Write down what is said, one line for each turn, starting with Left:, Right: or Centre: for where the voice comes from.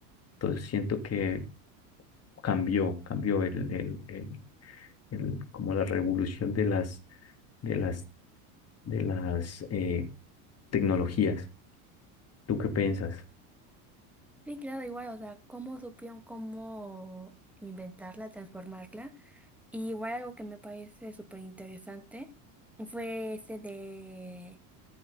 Left: Entonces siento que cambió, cambió el, el, el, el- como la revolución de las, de las, de las eh, tecnologías. ¿Tú qué piensas?
Centre: Sí, claro, igual, o sea, cómo supieron cómo inventarla, transformarla. Y igual algo que me parece súper interesante fue ese de,